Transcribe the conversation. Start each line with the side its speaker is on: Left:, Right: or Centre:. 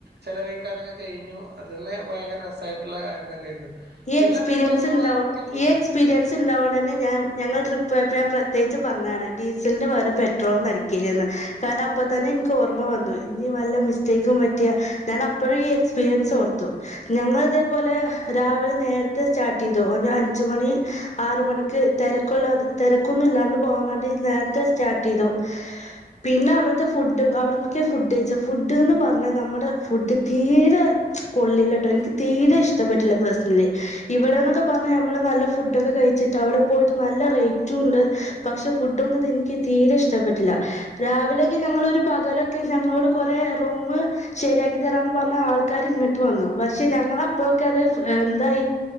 Right: ചെലവഴിക്കാനൊക്കെ കഴിഞ്ഞു അത് തന്നെ ഭയങ്കര രസമായിട്ടുള്ള കാര്യം തന്നെയായിരുന്നു.
Left: ഈ
Right: പിന്നെ
Left: എക്സ്പീരിയൻസ്
Right: അതേപോലെ നിങ്ങൾ
Left: ഉണ്ടോ
Right: വേറെ എവിടേക്കെങ്കിലും പോയിക്കോ
Left: ഈ എക്സ്പീരിയൻസ് ഉണ്ടാവന്നെ ഞാ ഞങ്ങൾ ട്രിപ്പ് പോയപ്പോ ഞാൻ പ്രത്യേകിച്ച് പറഞ്ഞതാണ് ഡീസലിന്റെ പകരം പെട്രോൾന്ന് അടിക്കരുതെന്ന് കാരണം അപ്പ തന്നെ എനിക്ക് ഓർമ്മ വന്നു ഇനി വല്ല മിസ്റ്റേക്കും പറ്റിയാ ഞാൻ അപ്പഴും ഈ എക്സ്പീരിയൻസ് ഓർത്തു ഞങ്ങള് ഇതേപോലെ രാവിലെ നേരത്തെ സ്റ്റാർട്ട് ചെയ്തു അഞ്ച്മണി ആറ് മണിക്ക് തിരക്കുള്ളാ തിരക്കൊന്നും ഇല്ലാണ്ട് പോകാൻ വേണ്ടി നേരത്തെ സ്റ്റാർട്ട് ചെയ്തു പിന്നെ അവിടുത്തെ ഫുഡ് അവിടെന്നൊക്കെ ഫുഡ് കഴിച്ചെ ഫുഡ് എന്ന് പറഞ്ഞ നമ്മുടെ ഫുഡ് തീരെ കൊള്ളില്ലട്ടോ എനിക്ക് തീരെ ഇഷ്ടപ്പെട്ടി ല്ല പേഴ്സണലി ഇവിടെന്നൊക്കെ പറഞ്ഞ നമ്മള് നല്ല ഫുഡൊക്കെ കഴിച്ചിട്ട് അവിടെ പോയിട്ട് നല്ല റേറ്റും ഉണ്ട് പക്ഷെ ഫുഡ്‌ ഒന്നും എനിക്ക് തീരെ ഇഷ്ടപ്പെട്ടില്ല രാവിലെയക്കെ ഞങ്ങള് ഒരു പകലൊക്കെ ഞങ്ങളോട് കൊറെ റൂമ് ശരിയാക്കി തരാമെന്ന് പറഞ്ഞ് ആൾക്കാർ ഇങ്ങോട്ട് വന്നു പക്ഷെ ഞങ്ങള് അപ്പോക്കെ അത് എന്താ ഈ